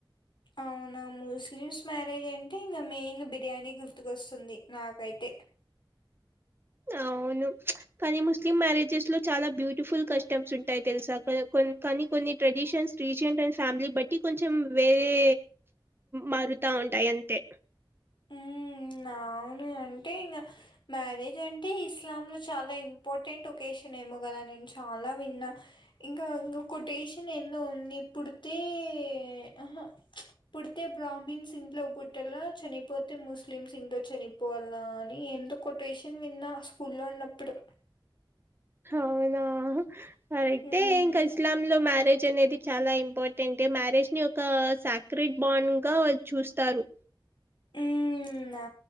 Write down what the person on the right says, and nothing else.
అవును కానీ ముస్లిం మ్యారేజెస్ లో చాల బ్యూటిఫుల్ కస్టమ్స్ ఉంటయ్ తెలుసా కాని కొని కానీ కొన్ని ట్రెడిషన్స్ రీజియన్ అండ్ ఫ్యామిలీ బట్టి కొంచెం వేరే మారుతా ఉంటయ్ అంతే
అవునా కరెక్టే
ఏం కల్స్ ఇస్లాం లో మ్యారేజ్ అనేది చాలా ఇంపార్టెంటే మ్యారేజ్ ని ఒకా సాక్రిట్ బాండ్ గా చూస్తారు